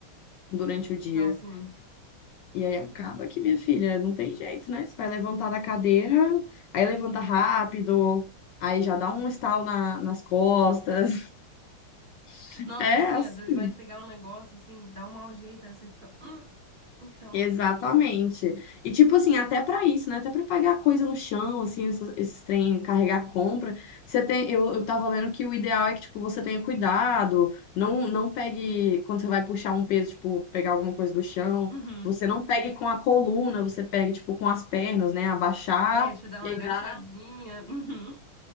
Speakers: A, on the left (about 70°); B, on the right (about 30°).
A: durante o dia.
B: Não, sim.
A: E aí acaba que, minha filha, não tem jeito, né? Você vai levantar da cadeira, aí levanta rápido, aí já dá um estalo na- nas costas. <laughs>
B: Nossa,
A: É
B: assim,
A: assim.
B: às vezes vai pegar um negócio, assim, dá um mau jeito, aí você fica, hum, então,
A: Exatamente. E tipo assim, até pra isso, né? Até pra pegar coisa no chão, assim, esses, esses trem, carregar compra. Você tem, eu, eu tava lendo que o ideal é que tipo você tenha cuidado, não não pegue quando você vai puxar um peso, tipo, pegar alguma coisa do chão,
B: uhum.
A: você não pegue com a coluna, você pegue tipo com as pernas, né? Abaixar,
B: É, tipo, dá
A: pegar
B: uma agachadinha, <laughs> uhum.